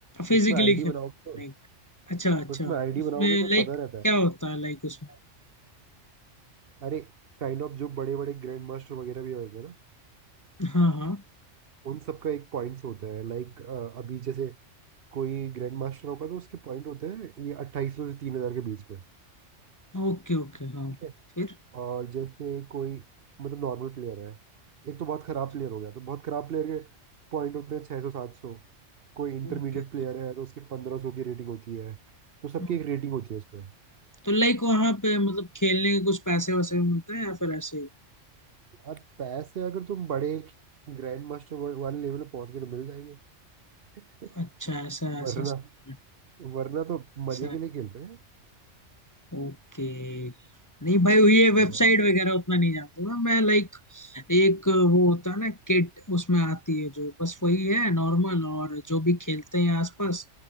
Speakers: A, on the left; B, on the right.
A: फिजिकली
B: उसमें आईडी
A: खेलता
B: बनाओगे
A: हूँ
B: तो
A: लाइक अच्छा अच्छा
B: उसमें आईडी
A: उसमें
B: बनाओगे तो
A: लाइक
B: पता रहता है
A: क्या होता है लाइक उसमें
B: अरे काइंड ऑफ जो बड़े बड़े ग्रैंड मास्टर वगैरह भी होते हैं ना
A: हाँ हाँ
B: उन सबका एक पॉइंट्स होता है लाइक अभी जैसे कोई ग्रैंड मास्टर होगा तो उसके पॉइंट होते हैं ये अट्ठाईस सौ से तीन हजार के बीच में
A: ओके ओके हाँ
B: ठीक है
A: फिर
B: और जैसे कोई मतलब नॉर्मल प्लेयर है एक तो बहुत खराब
A: अच्छा,
B: प्लेयर हो गया तो बहुत खराब प्लेयर के पॉइंट होते हैं छः सौ सात सौ कोई इंटरमीडिएट
A: ओके ओके
B: प्लेयर है तो उसके पंद्रह सौ की रेटिंग होती है तो सबकी
A: हाँ
B: एक रेटिंग होती है उसमें
A: तो लाइक वहाँ पे मतलब खेलने के कुछ पैसे वैसे भी मिलते हैं या फिर ऐसे ही
B: यार पैसे अगर तुम बड़े ग्रैंड मास्टर वाले लेवल पे पहुंच गए तो मिल जाएंगे <laughs>
A: अच्छा ऐसा
B: वरना
A: ऐसा सीन है
B: वरना तो
A: ऐसा
B: मजे के लिए खेलते हैं
A: ओके नहीं भाई ये वेबसाइट
B: हाँ,
A: वगैरह उतना नहीं जानता हूँ मैं लाइक एक वो होता है ना किट उसमें आती है जो बस वही है नॉर्मल और जो भी खेलते हैं आसपास